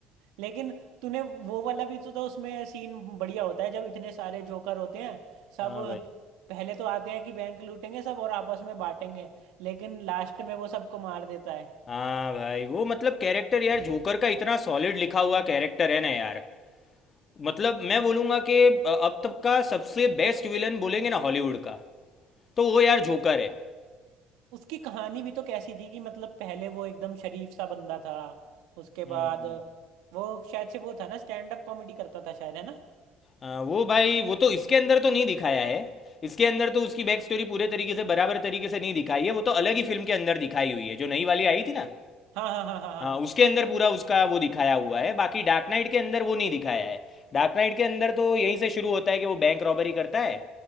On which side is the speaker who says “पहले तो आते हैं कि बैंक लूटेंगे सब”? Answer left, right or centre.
Right